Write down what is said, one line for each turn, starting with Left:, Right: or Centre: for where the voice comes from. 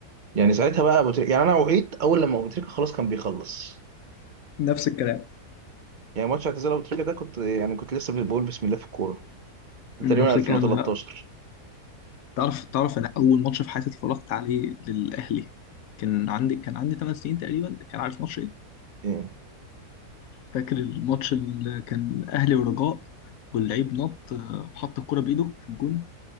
Right: يعني ساعتها بقى ابو تريكه يعني انا وعيت اول لما ابو تريكه خلاص كان بيخلص
Left: نفس الكلام
Right: يعني ماتش اعتزال ابو تريكه ده كنت يعني كنت لسه بقول بسم الله في الكوره ده
Left: نفس
Right: تقريبا 2013
Left: الكلام انا تعرف تعرف انا اول ماتش في حياتي اتفرجت عليه للاهلي كان عندي كان عندي 8 سنين تقريبا كان عارف ماتش ايه
Right: ايه
Left: فاكر الماتش اللي كان اهلي ورجاء واللعيب نط آه، وحط الكرة بايده في الجون